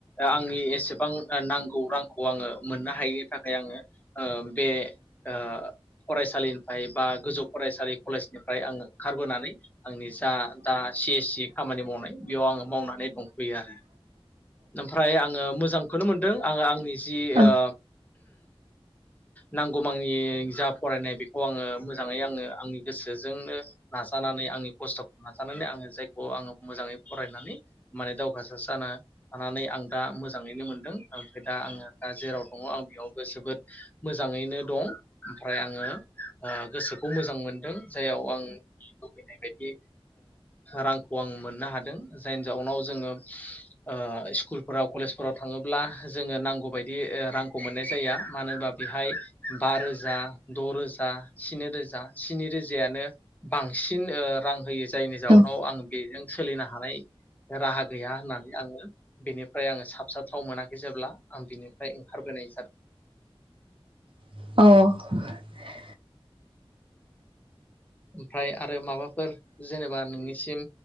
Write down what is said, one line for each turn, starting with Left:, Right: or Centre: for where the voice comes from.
Left: आंनि एसेबां नांगौ रांखौ आंङो मोननो हायिनि थाखाय आंङो ओ बे ओ फरायसालिनिफ्राय बा गोजौ फरायसालि कलेजनिफ्राय आंङो ओंखारबोनानै आंनि जि दा दा सि सि खामानि मावनाय। बेयाव आंङो मावनानै दं। गैया। ओमफ्राय आंङो मोजांखौनो मोनदों आंङो आंनि जि
Right: औ
Left: ओ नांगौ जा फरायनाय बेखौ आंङो मोजाङै आंङो आंनि गोसोजोंनो नाजानानै आंनि खस्थखौ नाजानानै आंङो जायखौ आंङो मोजाङै फरायनानै माने दावगासार जानो थानानै आं दा मोजाङैनो मोनदों ओमफ्राय दा आंङो दा जेराव दङ आं बेयावबो जोबोद मोजाङैनो दं ओमफ्राय आंङो ओ गोसोखौ मोजां मोनदों जाययाव आं लुबैनाय बायदि रांखौ आं मोननो हादों जायनि जाउनाव जोंङो। ओ स्कुलफोराव कलेजफोराव थाङोब्ला जोंङो नांगौ बादि रांखौ मोननाय जाया मानो होनबा बेहाय बा रोजा द रोजा स्नि रोजा स्नि रोजायानो बांसिन ओ रां होयो। जायनि जाउनाव
Right: औ
Left: आं। बेजों सोलिनो हानाय राहा गैया होननानै। आंङो बेनिफ्राय आंङो साबसाथाव मोनाखै जेब्ला आं बिनिफ्राय ओंखारबोनाय जादों।
Right: औ
Left: ओमफ्राय आरो माबाफोर जेनेबा नोंनिसिम